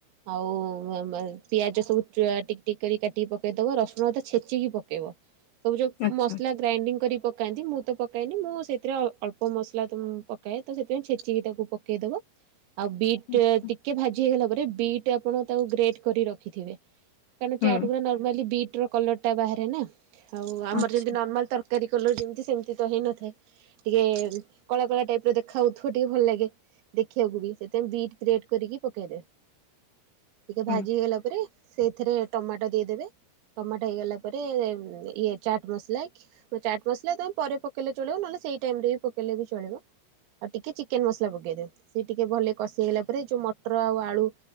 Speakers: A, on the right; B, on the left.
A: ଆଉ ପିଆଜ ସବୁ ଟିକ ଟିକ କରି କାଟିକି ପକେଇଦବ ରସୁଣ ତ ଛେଚିକି ପକେଇବ। ସବୁ ଯୋଉ
B: ଆଚ୍ଛା
A: ମସଲା ଗ୍ରାଇଣ୍ଡିଙ୍ଗ କରି ପକାନ୍ତି ମୁଁ ତ ପକାଏନି, ମୁଁ ସେଥିରେ ଅଳ୍ପ ମସଲା ପକାଏ ତ ସେଥିପାଇଁ ଛେଚିକି ତାକୁ ପକ କେଇଦବ। ଆଉ ବିଟ୍
B: ଆଚ୍ଛା।
A: ଟିକେ ଭାଜି ହେଇଗଲା ପରେ ବିଟ୍ ଆପଣ ତାକୁ ଗ୍ରେଟ କରି ରଖିଥିବେ। କାରଣ
B: ହୁଁ
A: ଚାଟୁ ଗା ନର୍ମାଲି ବିଟ୍ ର କଲର ଟା ବାହାରେ ନା ଆଉ ଆମର
B: ଆଚ୍ଛା
A: ଯେମିତି ନର୍ମାଲ ତର ଟେରି କଲ ଯେମିତି ସେମିତି ତ ହେଇନଥାଏ ଟିକେ କଳା କଳା ଟାଇପ୍ ର ଦେଖା ହଉଥିବ ଟିକେ ଭଲ ଲାଗେ। ଦେଖିବାକୁ ବି ସେଥିପାଇଁ ବିଟ୍ରିକ୍ରେଟ୍ କରିକି ପକେଇ ଦେବେ। ଟିକେ
B: ହୁଁ
A: ଭାଜି ହେଇଗଲା ପରେ ସେଇଥିରେ ଟମାଟୋ ଦେଇଦେବେ। ଟମାଟୋ ହେଇଗଲା ପରେ ଇଏ ଚାଟ୍ ମସଲା। ଚାଟ୍ ମସଲା ତମେ ପରେ ପକେଇଲେ ଚଳିବ ନହଲେ ସେଇ ଟାଇମ ରେ ବି ପକେଇଲେ ବି ଚଳିବ। ଆଉ ଟିକେ ଚିକେନ ମସଲା ପକେଇଦ ସେ ଟିକେ ଭଲ କଷି ହେଲା ପରେ ଯୋଉ ମଟର ଆଉ ଆଳୁ